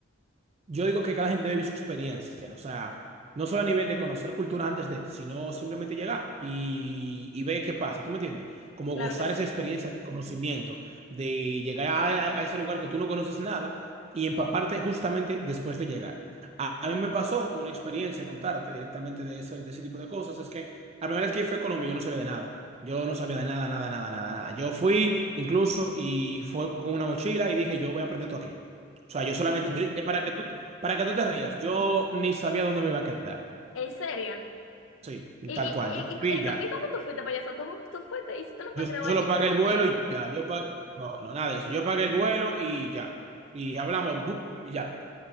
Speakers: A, on the right; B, on the left.
A: yo digo que cada gente debe vivir su experiencia, o sea, no solo a nivel de conocer cultura antes de, sino simplemente llegar y, y ver qué pasa, ¿tú me entiendes? Como
B: claro
A: gozar
B: que sí.
A: esa experiencia de conocimiento, de llegar a, a ese lugar que tú no conoces nada y empaparte justamente después de llegar. A, a mí me pasó una experiencia, contarte directamente de eso, de ese tipo de cosas, es que la primera vez que fui a Colombia yo no sabía de nada. Yo no sabía de nada, nada, nada, nada, nada. Yo fui incluso y fue con una mochila y dije, yo voy a aprender todo aquí. O sea, yo solamente,
B: <laughs>
A: yo- eh, para que tú, para que tú te rías, yo ni sabía dónde me iba a quedar.
B: ¿En serio?
A: Sí,
B: ¿Y,
A: tal
B: y,
A: cual.
B: y,
A: Yo
B: y,
A: fui y
B: y
A: ya.
B: co- y cómo tú fuiste, payaso? ¿Tú, tú fuiste y si tú no encontrabas
A: Yo solo
B: ningún
A: pagué
B: hotel?
A: el vuelo y ya. Yo pa- No, no, nada de eso. Yo pagué el vuelo y ya. Y hablamos, bup, y ya.